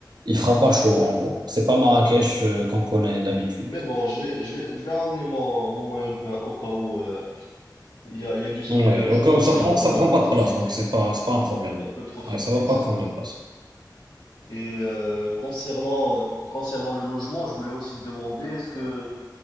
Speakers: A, on the right; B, on the left.
A: Il fera pas chaud en gros. C'est pas Marrakech
B: Ok.
A: euh, qu'on connaît d'habitude.
B: Mais bon, je vais, je vais, je vais ramener mon, mon maillot de bain au cas où euh, il y a, il y a du soleil
A: Ouais,
B: un jour,
A: au cas où
B: on
A: ça
B: sait
A: prend,
B: jamais,
A: ça prend
B: on peut
A: pas
B: profiter.
A: de place, donc c'est pas, c'est pas un problème.
B: On peut profiter,
A: Ouais, ça va pas
B: c'est
A: prendre
B: pas grave.
A: de place.
B: Et euh, concernant, euh, con- concernant le logement, je voulais aussi te demander, est-ce que,